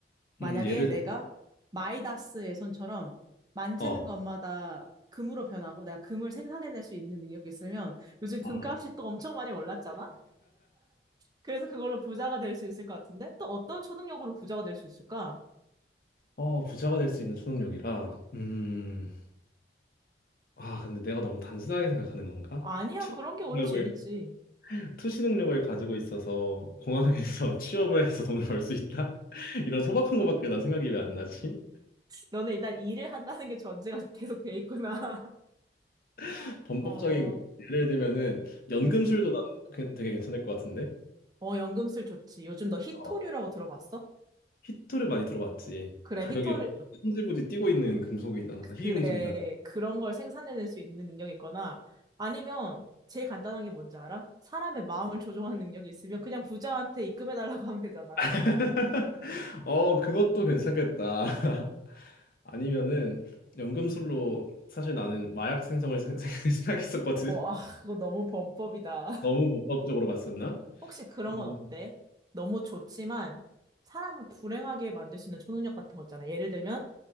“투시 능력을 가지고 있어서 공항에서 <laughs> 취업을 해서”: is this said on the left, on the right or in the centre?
Left